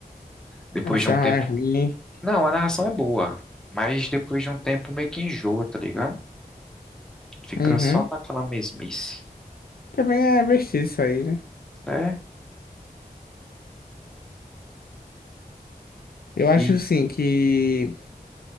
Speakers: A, in the centre; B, on the left.
A: depois
B: Essa
A: de um tempo.
B: é ruim, hein?
A: Não, a narração é boa. Mas depois de um tempo meio que enjoa, tá ligado? Fica
B: Uhum.
A: só naquela mesmice,
B: Também é besteira isso aí, né?
A: né?
B: Eu acho
A: E
B: sim que